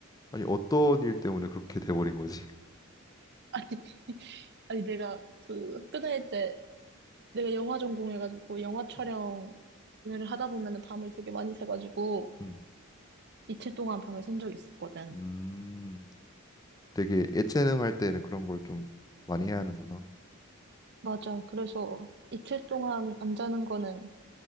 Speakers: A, on the left (about 15°); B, on the right (about 50°).
A: 아니 어떤 일 때문에 그렇게 돼버린 거지?
B: 아니, <laughs> 아니 내가 그 학교 다닐 때 내가 영화 전공해가지고 영화 촬영을
A: 음.
B: 하다 보면은 밤을 되게 많이 새가지고
A: 음.
B: 이틀 동안 밤을 샌 적이 있었거든.
A: 음, 되게 예체능 할 때는 그런 걸 좀 많이 해야 하는구나.
B: 맞아. 그래서 이틀 동안 안 자는 거는